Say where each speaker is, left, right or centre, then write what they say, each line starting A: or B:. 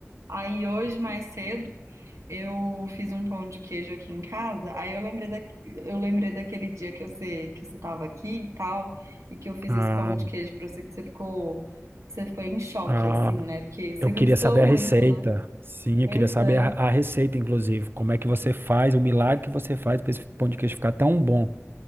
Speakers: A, on the right; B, on the right.
A: Aí hoje, mais cedo, eu fiz um pão de queijo aqui em casa, aí eu lembrei da, eu lembrei daquele dia que você, que você tava aqui e tal, e que eu fiz
B: Ah,
A: esse pão de queijo para você, que você ficou, que você ficou em choque,
B: ah,
A: assim, né? Porque você
B: eu queria
A: <laughs> gostou
B: saber
A: muito,
B: a receita.
A: né?
B: Sim, eu
A: Pois
B: queria saber
A: é.
B: a, a receita, inclusive. Como é que você faz, o milagre que você faz para esse pão de queijo ficar tão bom?